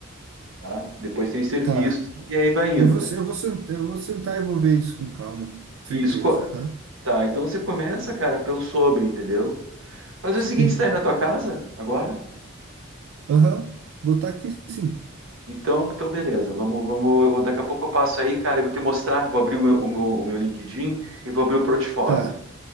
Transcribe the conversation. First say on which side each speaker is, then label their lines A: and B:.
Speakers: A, on the right; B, on the right.
A: tá? Depois tem os serviços
B: tá.
A: e aí vai indo,
B: Eu vou,
A: cara.
B: eu vou sentar, eu vou sentar e vou ver isso com calma, certeza.
A: Isso, co-
B: aham.
A: tá? Então você começa, cara, pelo sobre, entendeu? Fazer
B: Sim,
A: o seguinte, você tá aí na tua casa agora?
B: aham. Vou estar aqui, sim.
A: Então, então beleza. Vamos, vamos, eu vou daqui a pouco eu passo aí, cara, eu vou te mostrar, vou abrir o meu, o meu, o meu LinkedIn e vou abrir o portfólio.
B: Tá.